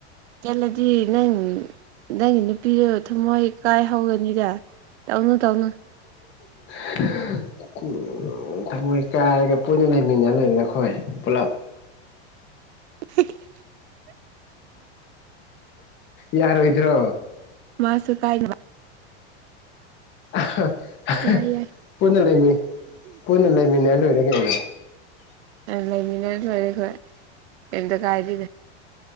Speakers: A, on the right; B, on the left.
A: ꯆꯦꯜꯂꯗꯤ ꯅꯪ ꯅꯪꯒꯤ ꯅꯨꯄꯤꯗꯨ ꯊꯨꯝꯃꯣꯏ ꯀꯥꯏ ꯍꯧꯒꯅꯤꯗ ꯇꯧꯅꯨ ꯇꯧꯅꯨ
B: <unintelligible> ꯎꯝ ꯊꯃꯣꯏ ꯀꯥꯏꯔꯒ ꯄꯨꯟꯅ ꯂꯩꯃꯤꯟꯅ ꯂꯩꯗꯅ ꯑꯩꯈꯣꯏ ꯄꯨꯂꯞ
A: <unintelligible>
B: ꯌꯥꯔꯣꯏꯗ꯭ꯔꯣ?
A: ꯃꯥꯁꯨ ꯀꯥꯏꯅ
B: ꯑꯍꯥ ꯑꯍꯥ
A: ꯌꯥꯏ ꯌꯥꯏ
B: ꯄꯨꯟꯅ ꯂꯩꯃꯤꯟ ꯄꯨꯟꯅ ꯂꯩꯃꯤꯟꯅꯔ ꯂꯣꯏꯔꯦ ꯀꯩꯅꯣ
A: ꯂꯩꯃꯤꯟꯅ ꯂꯣꯏꯔꯦ ꯍꯣꯏ ꯀꯩ ꯀꯌꯤꯝꯇ ꯀꯥꯏꯗꯦ꯫